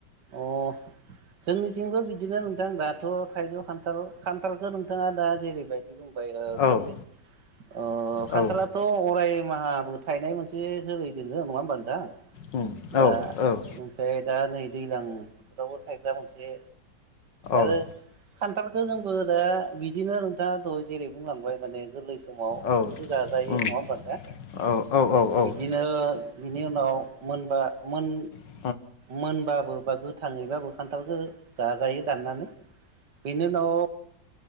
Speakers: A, on the right; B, on the left.
A: अ' जोंनिथिंबो बिदिनो नोंथां दाथ' थाइजौ खान्थाल खान्थालखो नोंथाङा दा जेरैबायदि दं बायगार
B: औ
A: ओ बि ओ खान्थालाथ'
B: औ
A: अराय खेमाहाबो थायनाय मोनसे जोलै दोङो नङा होमबा नोंथां।
B: उम
A: दा
B: औ औ
A: ओमफ्राय दा नै दैज्लां बोथोरावबो थाइग्रा मोनसे आरो
B: औ
A: खान्थालखो जोंबो ओ बिदिनो नोंथाङाथ' जेरै बुंलांबाय माने गोरलै समाव ओंख्रिबो
B: औ औ
A: जाजायो
B: उम
A: नङा होमबा नोंथां।
B: औ औ औ
A: बिदिनो
B: ओ औ
A: बिनि उनाव मोनबा मोन
B: ओ
A: मोनबा <unintelligible> थाङैबाबो खान्थालखो जाजायो दाननानै बेनि उनाव